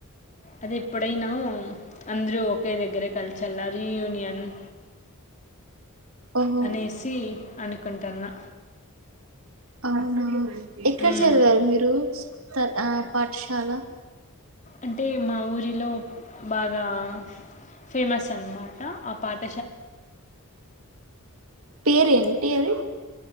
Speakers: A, on the left; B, on the right.
A: అది ఎప్పుడైనా అందరూ ఒకే దగ్గరే కల్చల్లని మీ అంద్
B: ఓహో
A: అనేసి అనుకుంటన్నా
B: అవునా ఎక్కడ
A: హ్మ్.
B: చదివారు మీరు తర్ ఆ పాఠశాల
A: అంటే మా మా ఊరిలో బాగా ఫేమస్ అన్నమాట ఆపాట్
B: పేరు ఏంటి అది